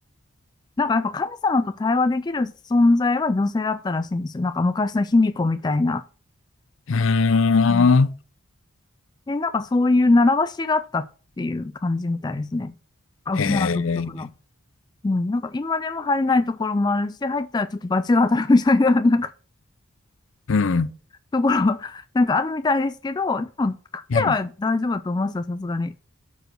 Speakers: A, on the left (about 20°); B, on the left (about 65°).
A: なんかやっぱ神様と対話できる存在は女性だったらしいんですよ。なんか昔の卑弥呼みたいな。
B: うーん。
A: うんで、なんかそういう習わしがあったっていう感じみたいですね。沖縄独特の。
B: へえ。
A: うん、なんか今でも入れないところもあるし、入ったらちょっと罰が当たるみたいな、<laughs> なんか
B: うん。
A: ところは、なんかあるみたいですけど、でも彼は大丈夫だと思いますよ、
B: う
A: さすがに。